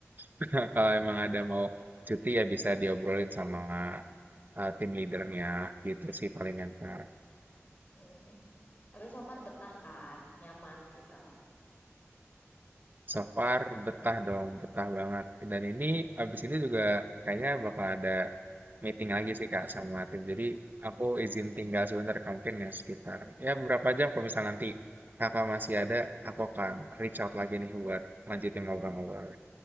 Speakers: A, on the right; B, on the left.
A: <laughs> kalau emang ada mau cuti ya bisa diobrolin sama eh, tim leadernya gitu sih palingan Kak.
B: Mm. Tapi so far betah kan, nyaman gitu.
A: So far betah dong, betah banget. Dan ini abis ini juga kayaknya bakal ada meeting lagi sih Kak sama tim. Jadi aku izin tinggal sebentar Kak mungkin ya sekitar ya beberapa jam kalau misal nanti Kakak masih ada, aku akan reach out lagi nih buat lanjutin ngobrol-ngobrol.